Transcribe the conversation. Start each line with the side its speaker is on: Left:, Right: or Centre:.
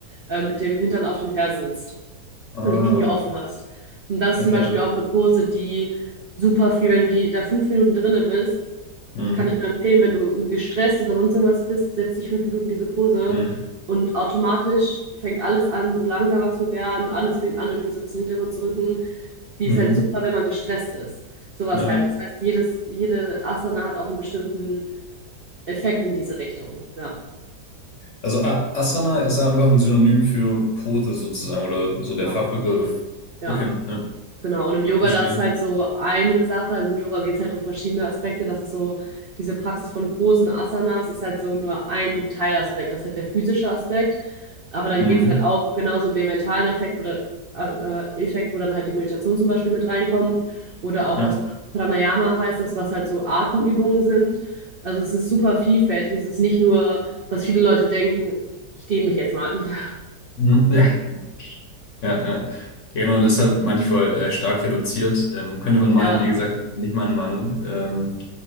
Right: äh, mit dem Hintern auf den Fersen sitzt
Left: Ah,
Right: und die Knie offen hast. Und das ist
Left: okay.
Right: zum Beispiel auch eine Pose, die super viel, wenn du die da fünf Minuten drinne bist,
Left: Mhm.
Right: kann ich nur empfehlen, wenn du irgendwie gestresst oder sonst irgendwas bist, setz dich fünf Minuten in diese Pose
Left: Mhm.
Right: und automatisch fängt alles an, so langsamer zu werden, alles fängt an, irgendwie so ein bisschen in den Hintergrund zu rücken. Die
Left: Mhm.
Right: ist halt super, wenn man gestresst ist. Sowas
Left: Ja.
Right: halt. Das heißt, jedes, jede Asana hat auch einen bestimmten Effekt in diese Richtung. Ja,
Left: Also A Asana ist einfach ein Synonym für Pose sozusagen oder so der
Right: genau.
Left: Fachbegriff.
Right: Ja.
Left: Okay, ja,
Right: Genau, und im Yoga,
Left: verstehe.
Right: das ist halt so eine Sache. Also im Yoga geht es halt um verschiedene Aspekte. Das ist so, diese Praxis von Posen, Asanas, ist halt so nur ein Teilaspekt. Das ist halt der physische Aspekt. Aber dann
Left: Mhm.
Right: geht es halt auch genauso um den mentalen Effekt, wo, da, äh, Effekt, wo dann halt die Meditation zum Beispiel mit reinkommt. Oder auch
Left: Ja.
Right: das Pranayama heißt das, was halt so Atemübungen sind. Also es ist super vielfältig. Es ist nicht nur, was viele Leute denken, ich dehne mich jetzt mal. <laughs>
Left: Mhm. <laughs> Ja. Ja, ja. Ja, Genau, deshalb manchmal äh, stark reduziert. Ähm, könnte man meinen,
Right: Ja,
Left: wie gesagt, nicht meine Meinung. Ähm,